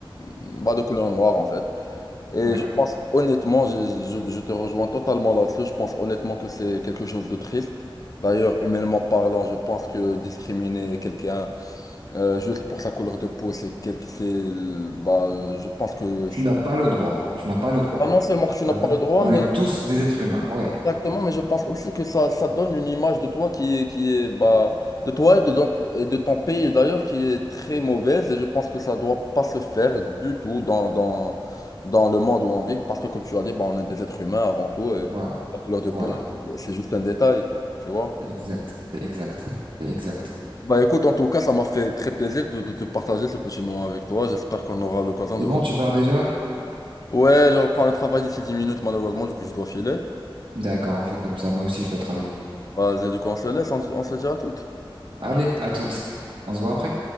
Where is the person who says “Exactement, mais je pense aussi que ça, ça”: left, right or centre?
Left